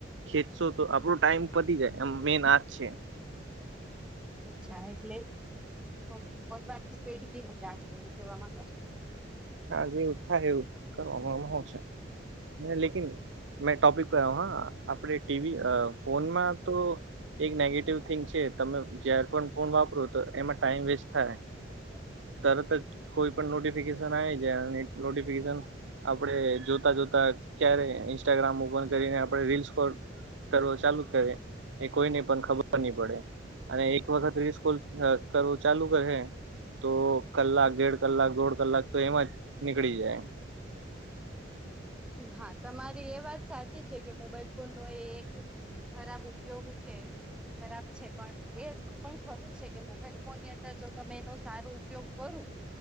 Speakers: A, on the right (about 75°); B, in the centre.
A: ખેચશો તો આપડો ટાઈમ પતી જાય આમ મેન આજ છે
B: અચ્છા એટલેન સ્પેડથી હું રાખ કેવા માંગ <unintelligible>
A: હા જેવું થાય એવું કરવામાં આવશે હ લેકીન મેં ટોપિક કર હા આપડે ટીવી ફોનમાં તો એક નેગેટિવ થિંગ છે તમે જયાર પણ ફોન વાપરો તો એમાં ટાઈમ વેસ્ટ થાય
B: તો
A: તરત જ કોઈ પણ નોટિફિકેશન આવી જાય અને નોટિફિકેશન આપણે જોતા જોતા ક્યારે ઇન્સ્ટાગ્રામ ઓપન કરીને આપણે રીલ્સ કો કરવો ચાલુ કરે એ કોઈને પણ ખબર નહી પડે અને એક વખત રીલ સ્કોલ કરવું ચાલુ કરશે તો કલાક દેડ કલાક દોઢ કલાક તો એમાં જ નીકળી જાય એમ
B: હા તમારી એ વાત સાચી છે કે મોબાઈલ ફોન નો એ એક ખરાબ ઉપયોગ છે ખરાબ છે પણ એ પણ ખરું છે કે મોબાઈલ ફોનની અંદર જો તમે એનો સારો ઉપયોગ કરો